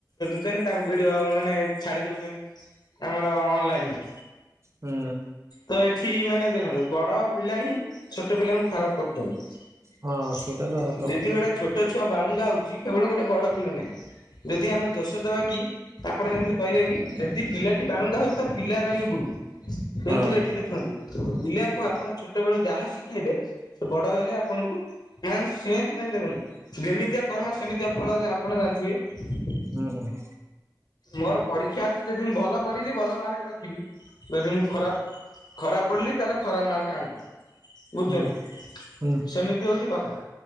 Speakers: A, on the left; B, on the right.
A: ସେନ୍ତି ତାଙ୍କୁ ଭିଡିଓ ମାନେ ଛାଡି ଦୋଉଛନ୍ତି ଆମର ଅନଲାଇନରେ।
B: ହୁଁ।
A: ତ ଏଠି ମାନେ ଦେଖନ୍ତୁ ବଡ଼ ପିଲା ହିଁ ଛୋଟ ପିଲାଙ୍କୁ ଖରାପ କରୁଚନ୍ତି
B: ହଁ ସେଇଟା ତ ସତ
A: ଦିଦି
B: କଥା
A: ଏଗୁଡା ଛୋଟ ଛୁଆ ବାଳୁଙ୍ଗା ହୋଉଛି କେବଳ ଗୋଟେ ବଡ଼ ପିଲା ନାଗି ଯଦି ଆମେ ଦୋଷ ଦେବା କି? ଆପଣ ମାନେ ଯଦି କହିବେ କି ଯଦି ପିଲାଟି ବାଲୁଙ୍ଗା ହୋଉଛି ତ ପିଲାର ହିଁ ଭୁଲୁ। କିନ୍ତୁ
B: ହଁ
A: ଏଠି ଦେଖନ୍ତୁ ପିଲାକୁ ଆପଣ ଛୋଟବେଳୁ ଯାହା ଶିଖେଇବେ ସେ ବଡ଼ ହେଲେ ଆପଣଙ୍କୁ ମାନେ ସେଥିପାଇଁ ଦେଖନ୍ତୁ ଯେମିତିଆ କର୍ମ ସେମିତିଆ ଫଳ ଆପଣ ଜାଣିଥିବେ?
B: ହୁଁ ହୁଁ।
A: ମୋର ପରୀକ୍ଷା ଅଛି ଯଦି ମୁଁ ଭଲ ପଢିଲି ଭଲ ମାର୍କ ରଖିବି। ଯଦି ମୁଁ ଖରାପ ଖରାପ ପଡିଲି ତାହେଲେ ଖରା ମାର୍କ ଆଇଲି। ବୁଝୁଚନି
B: ହୁଁ ହୁଁ
A: ସେମି ଇଏ ହେଉଛି କଥା